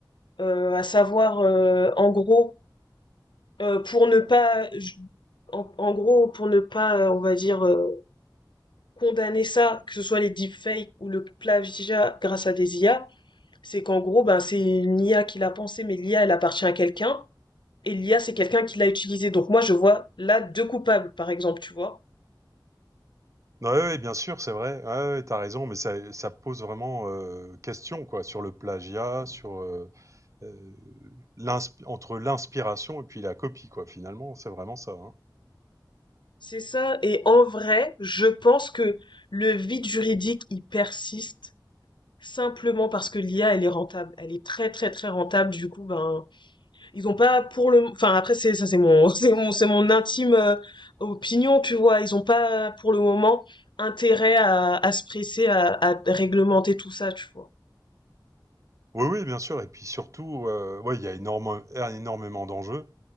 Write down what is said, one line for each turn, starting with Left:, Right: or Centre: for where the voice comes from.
Left: euh, à savoir euh, en gros euh, pour ne pas je- en, en gros pour ne pas euh, on va dire euh, condamner ça que ce soit les deepfakes ou le plagiat grâce à des IA c'est qu'en gros ben c'est une IA qui l'a pensé mais l'IA elle appartient à quelqu'un et l'IA c'est quelqu'un qui l'a utilisé donc moi je vois là deux coupables par exemple tu vois
Right: Non, ouais, ouais, bien sûr, c'est vrai. Ouais, ouais, t'as raison, mais ça, ça pose vraiment euh, question, quoi, sur le plagiat, sur euh, euh, l'insp- entre l'inspiration et puis la copie, quoi, finalement, c'est vraiment ça, hein.
Left: c'est ça et en vrai je pense que le vide juridique il persiste simplement parce que l'IA elle est rentable elle est très très très rentable du coup ben Ils ont pas pour le, enfin après c'est ça c'est mon <laughs> c'est mon c'est mon intime euh, opinion tu vois. Ils ont pas euh, pour le moment intérêt à, à se presser à, à réglementer tout ça tu vois.
Right: Oui, oui, bien sûr. Et puis surtout, euh, ouais, il y a énorme, énormément d'enjeux.